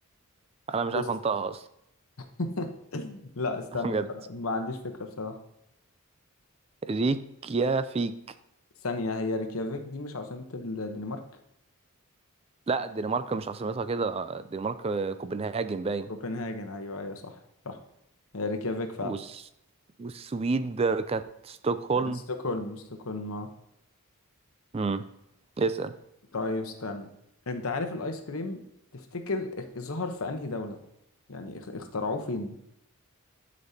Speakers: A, on the right; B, on the left.
A: انا مش
B: بص
A: عارف انطقها اصلا
B: <laughs> لا استنى
A: <laughs> بجد
B: بصراحة ما عنديش فكرة بصراحة
A: ريكيافيك
B: ثانية هي ريكيافيك دي مش عاصمة الدنمارك
A: لا الدنمارك مش عاصمتها كده الدنمارك كوبنهاجن باين
B: كوبنهاجن أيوة أيوة صح صح هي ريكيافيك فعلا
A: والس... والسويد كانت ستوكهولم
B: ستوكهولم ستوكهولم اه
A: امم اسأل
B: طيب استنى أنت عارف الآيس كريم تفتكر اخ- ظهر في أنهي دولة؟ يعني اخ- اخترعوه فين؟